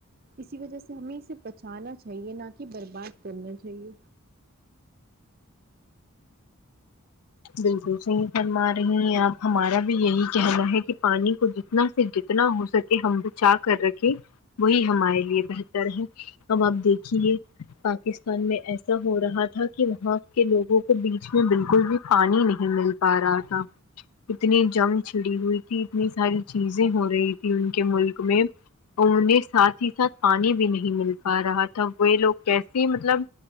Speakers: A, on the right (about 40°); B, on the left (about 85°).
A: اسی وجہ سے ہمیں اسے بچانا چاہیے نہ کہ برباد کرنا چاہیے
B: بالکل صحیح فرما رہی ہیں آپ ہمارا بھی یہی کہنا ہے کہ پانی کو جتنا پھے اتنا ہو سکے ہم بچا کر رکھے وہی ہمارے لیے بہتر ہے اب آپ دیکھیے پاکستان میں ایسا ہو رہا تھا کہ وہاں کے لوگوں کو بیچ میں بالکل بھی پانی نہیں مل پا رہا تھا اتنی جنگ چھڑی ہوئی تھی اتنی ساری چیزیں ہو رہی تھی ان کے ملک میں انہیں ساتھ ہی ساتھ پانی بھی نہیں مل پا رہا تھا وہ لوگ کیسے مطلب